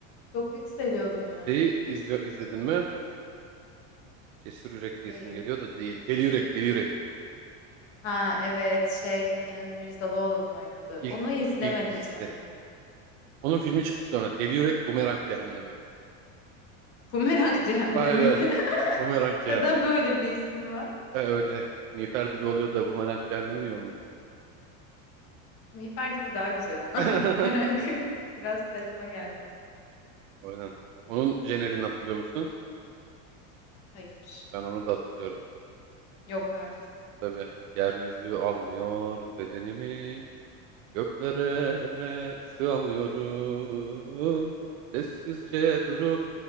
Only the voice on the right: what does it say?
Şeyi izle- izledin mi? Cesur Yürek diyesim
geliyor da değil. Deli Yürek, Deli Yürek.
İlk,
ilk dizisi.
Onun filmi çıktı sonra. Deli Yürek, Bumerang Cehennemi.
Aynen.
Bumerang Cehennemi.
E, öyle. Miğfer dibi oluyor da Bumerang Cehennemi niye olmasın?
<laughs>
Aynen. Onun jenerini hatırlıyor musun?
Ben onu da hatırlıyorum.
Tabii. Yeryüzü almıyor bedenimi. Göklere sığamıyorum. Sessizce durup